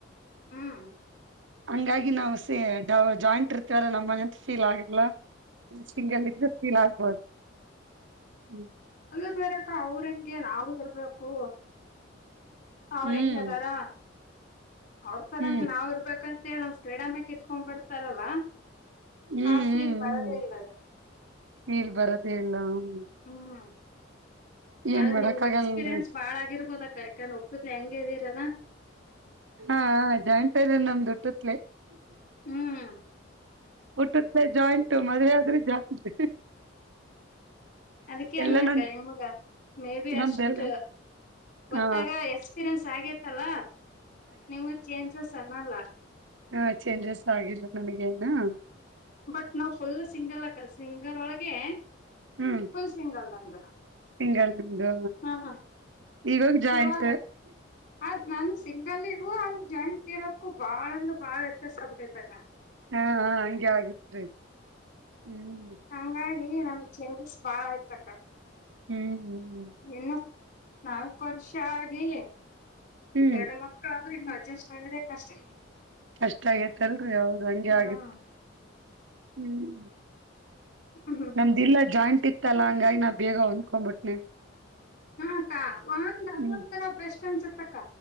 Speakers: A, on the left; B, on the right.
A: ಹ್ಮ್
B: ಹಂಗಾಗಿ ನಾವು ಸ ಡವ ಜಾಯಿಂಟ್ ಇರ್ತವಲ್ಲ ನಮ್ಮ ಮನೆಂತ ಫೀಲ್ ಆಗಲ್ಲ ಸಿಂಗಿದ್ರ ಫೀಲ್ ಆಗ್ಬೋದು ಹ್ಮ್
A: ಅಲ್ಲ ಬೇರಕ್ಕ ಅವ್ರಂಗೆ ನಾವು ಇರ್ಬೇಕು ಅವ್ರ
B: ಹ್ಮ್
A: ಹೆಂಗ ಅದಾರ ಅವ್ರ ತರಂಗ
B: ಹ್ಮ್
A: ನಾವ್ ಇರ್ಬೇಕಂತ ಮೇಳಮ್ ಪ್ರ್ರೀಡಾಮಕ್ ಎತ್ಕೊಂಡ್ಬಿಡ್ತಾರಲ್ಲಾ
B: ಹ್ಮ್
A: ಹ ಫೀಲ್
B: ಹ್ಮ್
A: ಬರದೇ ಇಲ್ಲದ
B: ಫೀಲ್ ಬರೋದೇ ಇಲ್ಲ ಹ್ಮ್
A: ಹ್ಮ
B: ಏನ್
A: ಆದ್ರೆ
B: ಮಾಡಕ್
A: ನಿಮ್ಗೆಕ್ಸ್ೀರಿಯನ್ಸ್ಾಳ
B: ಆಗಲ್ರಿ
A: ಆಗಿರ್ಬೋದ ಅಾ ಯಾಕಂದ್ರೆ ಒಕ್ಕತ್ಲಿ ಹೆಂಗ ಇದೀರಲ್ಲಾ
B: ಹಾ ಜಾಯತದ ನಮ್ದ ದುಟ್ಟತ್ಲೆ
A: ಹ್ಮ್
B: ಹುಟ್ಟತ್ ಜಾಯಿಂಟು ಮದ್ೆ ಆದ್ರೂ ಜಾಯಿಂಟ್
A: ಅದಕ್ಕೆ
B: ಎಲ್ಲಾ
A: ಅನ್ಕ್ಕ
B: ನನ್
A: ನಿಮಗ ಮೇ ಬಿ
B: ನಮ್ದೆಲ್ಲ
A: ಅಷ್ಟ ಗೊತ್ತಾಗ
B: ಹಾ
A: ಎಕ್ಸ್ಪೀರಿಯನ್ಸ್ ಆಗೇತ್ತಲ್ಲ ನಿಮ ಚೇಂಜಸ್ ಅನ್ನಲ್ಲ
B: ಹಾ ಚೇಂಜಸ್ ಆಗಿಲ್ಲ ನನಗೇನ
A: ಬಟ್ ನಾವ್ ಫುಲ್ ಸಿಂಗಲ್ಕ ಸಿಂಗಲ್ ಒಳಗೆ
B: ಹ್ಮ್
A: ಫುಲ್ ಸಿಂಗಲ್ ನಂದು
B: ತಿಂಗಳಂದು
A: ಹಾ ಹಾ
B: ಈಗಾಗ ಜಾಯಂಸ್
A: ಇವಾಗ ಅದ್ ನಾನು ಸಿಂಗಲ್ ಇ ಅಲ್ಲಿ ಜಾಯಿಂಟ್ ಇರೋದಕ್ಕೂ ಬಾಳ ಅಂದ್ರೆ ಬಾಳ ವ್ಯತ್ಯಾಸ ಆಗ್ತೈತಕ್ಕ
B: ಹಾ ಹಂಗಗೆ ಆಗತ್ೀ ಹ್ಮ್
A: ಹಂಗಾಗಿ ನಮ ಚೇಂಜಸ್ ಬಾಳ ಇಯ್ತಕ್ಕ
B: ಹ್ಮ್್ಮ್ಮ್್ಮ
A: ಇನ್ನು ನಾಲ್ಕು ವರ್ಷ ಆಗಿ
B: ಹ್ಮ್
A: ಎರಡು ಮಕ್ಕಳಾದ್ರರು ಇನ್ನು ಅಡ್ಜಸ್ಟ್ ಆಗಿದೆ ಕಷ್ಟ ಇದೆ
B: ಕಷ್ಟ ಆಗೇತ್ತಲ್ರಿ ಅವ್ರ ಹಂಗೆ
A: ಹ್ಮ್
B: ಆಗಿತ್ ಹ್ಮ್
A: ಹ ಹಾ
B: ನಿ್ ಇಲ್ಲ ಜಾಯಿಂಟ್ ಇತ್ತಲ್ಲ ಹಂಗಾಗಿ ನಾ ಬೇಗ ಹೊಂದಕೊ್ಂಬಿಟ್ನೆ
A: ಹಾ ಅಕ್ಕ ಒಂದ್ ಅದು
B: ಹ್ಮ್
A: ಒಂದ ತರ ಬೆಸ್ಟ್ ಅನ್ಸತ್ತ ಅಕ್ಕ